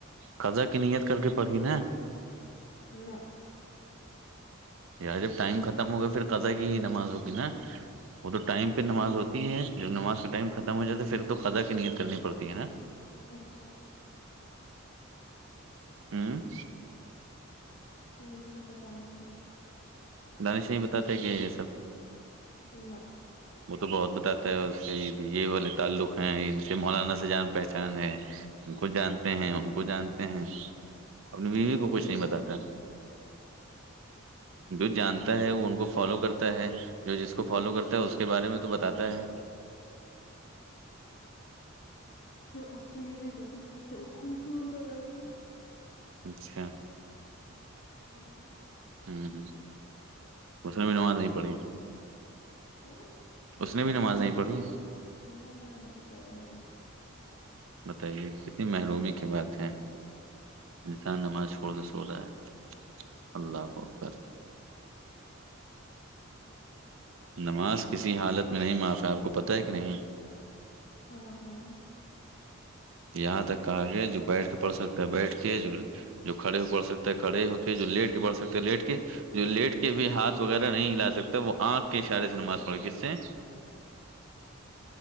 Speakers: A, on the right; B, on the left.
A: قضا کی نیت کر کے پڑھی نا
B: نہ
A: یار جب ٹائم ختم ہوگا پھر قضا کی ہی نماز ہوگی نا وہ تو ٹائم پہ نماز ہوتی ہے جب نماز کے ٹائم ختم ہو جاتا ہے پھر تو قضا کی نیت کرنی پڑتی ہے نا
B: اچھا
A: ہوں
B: پ مجھے پتا نہیں تھ
A: دانش نہیں بتاتے کیا یہ سب
B: <inaudible>
A: وہ تو بہت بتاتا ہے اس سےید یہ والے تعلق ہیں ان سے مولانا سے جان پہچان ہے ان کو جانتے ہیں ان کو جانتے ہیں اپنی بیوی
B: تو
A: کو
B: اس
A: کچھ
B: سے
A: نہیں بتاتا
B: کیا ہوتا
A: جو جانتا ہے وہ ان کو فالو کرتا ہے جو جس کو فالو کرتا ہے اس کے بارے میں تو بتاتا ہے
B: اس کو یہ نہیں پتا وہ کون سے ہو رہا ہے ابھی
A: اچھا
B: ہوں
A: ہوں ہ اس میں بھی نماز نہیں پڑی
B: تو
A: اس نے بھی نماز نہیں پڑھی
B: نہ نہ گسویا ہے
A: بتائیے کتنی محرومی کی بات ہے انسان نماز چھوڑ کے سو رہا ہے اللہ کو اکتر
B: <unintelligible>
A: نماز کسی حالت میں نہیں معاف ہے آپ کو پتہ ہے کہ نہیں
B: ہاں ہاں
A: یہاں تک کہ آگ ہے جو بیٹھ کے پڑھ سکتے ہیں بیٹھ کے جو جو کڑے ہو پڑ سکتے ہے کڑے ہو کے جو لیٹ کے پڑ سکتے لیٹ کے جو لیٹ کے بھی ہاتھ وغیرہ نہیں ہلا سکتا وہ آنکھ کے اشارے سے نماز پڑ کس سے
B: <unintelligible>